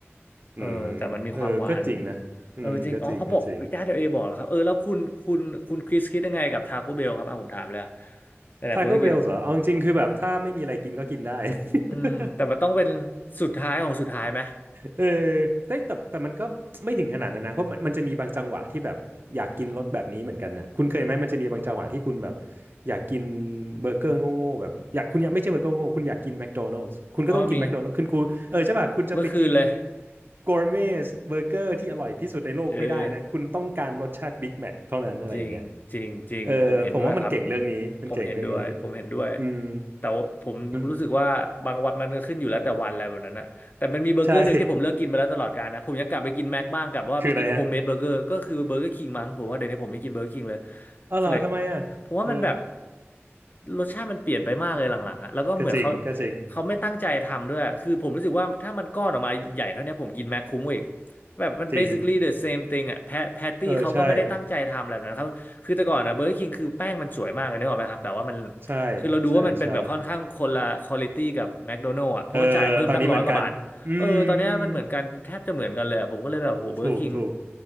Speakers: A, on the left (about 40°); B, on the right (about 50°).
A: เออแต่มันมีความหวาน
B: อืมเออก็จริงนะอืมก็จริงก็จริง
A: เออจริงอ๋อเขาบอกญาติเอบอกเหรอครับเออแล้วคุณคุณคุณคริสคิดยังไงกับทาโก้เบลครับอ่ะผมถามเลยอะหลายๆคนก็กินอะ
B: ทาโก้เบลเหรอเอาจริงๆคือแบบถ้าไม่มีอะไรกินก็กินได้ <laughs>
A: อืมแต่มันต้องเป็นสุดท้ายของสุดท้ายไหม
B: เออแต่แต่แต่มันก็ไม่ถึงขนาดนั้นนะเพราะมันมันจะมีบางจังหวะที่แบบอยากกินรสแบบนี้เหมือนกันนะคุณเคยไหมมันจะมีบางจังหวะที่คุณแบบ
A: อืม
B: อยากกินเบอร์เกอร์โง่ๆแบบอยากคุณอยากไม่ใช่เบอร์เกอร์โง่ๆคุณอยากกินแมคโดนัล s ์คุณก็ต้องกินแมคโดนัล
A: อ๋อมี
B: s ์คุณกูเออใช่ป่ะคุณจะไปกิน
A: เมื่อคืนเลย
B: กอร์เมสเบอร์เกอร์ที่อร่อยที่สุดในโลกไม่ได้นะคุณต้องการรสชาติบิ๊กแมคเท่านั้นอะไรอย่างเงี้ย
A: <laughs> เออจริงจริงจริงผมเห็นด้วยครับ
B: เออผมว่ามันเก่งเรื่องนี้มันเก่งเรื่องนี้
A: ผมเห็นด้วยผมเห็นด้วย
B: อืม
A: แต่ว่าผมรู้สึกว่าบางวันมันก็ขึ้นอยู่แล้วแต่วันอะไรแบบนั้นนะแต่มันมีเบอร์เกอร์หนึ่งที่ผมเลิกกินมาแล้วตลอดกาลนะผมยังกลับไปกินแม็กบ้างกลับว่าไปกินโฮมเมดเบอร์เกอร์ก็คือเบอร์เกอร์คิงมั้งผมว่าเดี๋ยวนี้ผมไม่กินเบอร์เกอร์คิงเลย
B: มันใช่ <laughs> คืออะไรฮะอ๋อเหรอทำไมอ่ะเออ
A: feel like ผมว่ามันแบบรสชาติมันเปลี่ยนไปมากเลยหลังๆอะแล้วก็เหมือนเขา
B: ก็จริงก็จริง
A: เขาไม่ตั้งใจทำด้วยคือผมรู้สึกว่าถ้ามันก้อนออกมาใหญ่เท่าเนี้ยผมกินแม็กคุ้มกว่าอีก แบบมัน
B: จริง
A: basically the same thing อ่ะแพแพตตี้เขาก็ไม่ได้ตั้งใจทำแบบนั้นครับคือแต่ก่อนนะเบอร์
B: เออใช่
A: k i คิงคือแป้งมันสวยมากเลยนึกออกไหมครับแบบว่ามัน
B: ใช่
A: คือเราดูว่ามันเป็นแบบค่อนข้างคนละควอลิตี้กับแม
B: ใช่ใช่
A: d โดนัล s ์อ่ะเพราะมันจ่ายเพิ่มตั้งร้อยกว่าบาทเออตอนเนี้ยมันเหมือนกันแทบจะเหมือนกันเลยอะผมก็เลยแบบโหเบอร์
B: เออตอนนี้เหมือนกัน อืมอืมถูกถูก
A: k i คิง